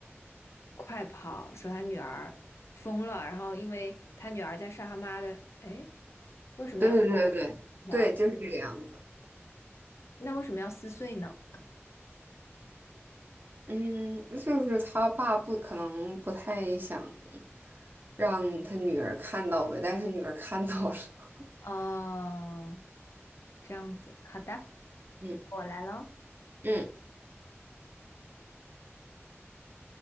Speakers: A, on the left; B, on the right.
A: 快跑，说他女儿疯了，然后因为他女儿在杀他妈的，哎，为什么要
B: 对对对对对，
A: 条？
B: 对，就是这个样子。
A: 那为什么要撕碎呢？
B: 嗯，那就是他爸不可能不太想让他女儿看到呗，但是他女儿看到了。<laughs>
A: 哦，这样子，好的，
B: 嗯
A: 我来喽。
B: 嗯